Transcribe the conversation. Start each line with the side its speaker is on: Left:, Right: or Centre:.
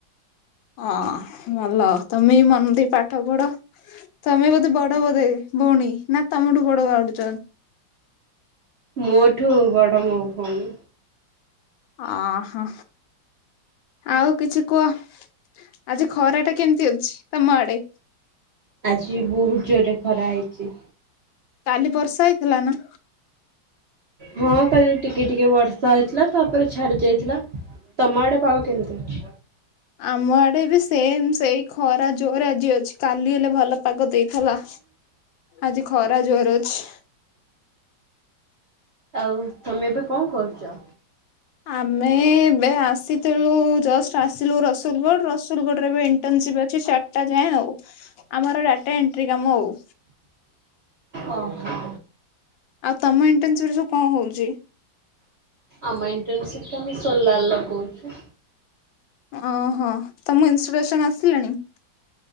Left: ଅଁ ଭଲ ତମେ ବି ମନ ଦେଇ ପାଠପଢ଼। ତମେ ବୋଧେ ବଡ ବୋଧେ ଭଉଣୀ ନା ତମଠୁ ବଡ ଆଡୁ
Right: ମୋଠୁ ବଡ଼ ମୋ ଭଉଣୀ।
Left: ଅଁ ହଁ ଆଉ କିଛି କୁଅ? ଆଜି ଖରା ଟା କେମିତି ଅଛି ତମ ଆଡେ?
Right: ଆଜି ବହୁତ ଜୋରରେ ଖରା ହେଇଚି।
Left: କାଲି ବର୍ଷା ହେଇଥିଲା ନା?
Right: ହଁ କାଲି ଟିକେ ଟିକେ ବର୍ଷା ହେଇଥିଲା ତାପରେ ଛାଡି ଯାଇଥିଲା। ତମ ଆଡେ ପାଗ କେମିତି ଅଛି?
Left: ଆମ ଆଡେ ବି ସେମ ସେଇ ଖରା ଜୋରରେ ଆଜି ଅଛି କାଲି ହେଲେ ଭଲ ପାଗ ଦେଇଥେଲା।
Right: ହ <unintelligible>
Left: ଆଜି ଖରା ଜୋରରେ ଅଛି।
Right: ଆଉ ତମେ ଏବେ କଣ କରୁଚ?
Left: ଆମେ ଏବେ ଆସିଥିଲୁ ଜଷ୍ଟ ଆସିଲୁ ରସୁଲଗଡ଼ ରସୁଲଗଡରେ ବି ଇଣ୍ଟନସିପ୍ ଅଛି ଚାରଟା ଯାଏଁ ଆଉ। ଆମର ଡାଟା ଏଣ୍ଟ୍ରି କାମ ଆଉ।
Right: ଓହୋ।
Left: ଆଉ ତମ ଇଣ୍ଟନସିପ୍ ରେ ସବୁ କଣ ହଉଚି?
Right: ଆମ ଇଣ୍ଟନସିପ୍ ରେ ଆମେ ସୋଲାର୍ ଲଗାଉଛୁ।
Left: ଓହୋ ତମ ଇନସଷ୍ଟଡସନ ଆସିଲାଣି?